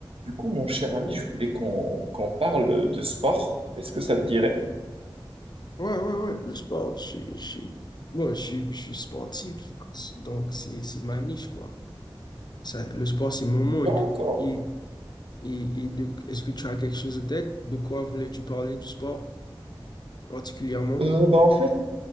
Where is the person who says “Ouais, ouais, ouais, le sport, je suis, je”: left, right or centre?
Left